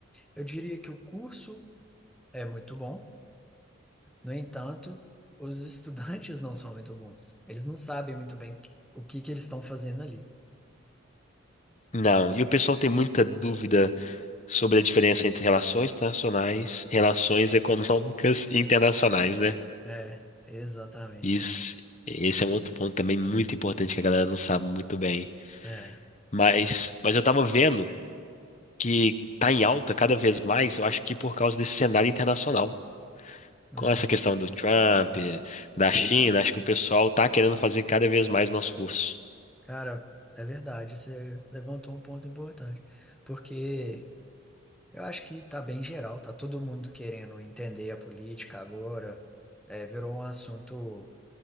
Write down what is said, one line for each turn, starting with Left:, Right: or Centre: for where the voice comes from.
Centre: Eu diria que o curso é muito bom, no entanto, os <laughs> estudantes não são muito bons. Eles não sabem muito bem o que que eles estão fazendo ali.
Left: não. E o pessoal tem muita dúvida sobre a diferença entre relações internacionais, relações econômicas <laughs> e internacionais, né?
Centre: É, exatamente.
Left: Isso, esse é um outro ponto também muito importante que a galera não sabe muito bem.
Centre: É.
Left: Mas, mas eu tava vendo que tá em alta cada vez mais, eu acho que por causa desse cenário internacional.
Centre: Hum,
Left: Com essa questão do Trump, da China,
Centre: é.
Left: acho que o pessoal tá querendo fazer cada vez mais nosso curso,
Centre: Cara, é verdade, você levantou um ponto importante, porque. Eu acho que tá bem geral, tá todo mundo querendo entender a política agora, é, virou um assunto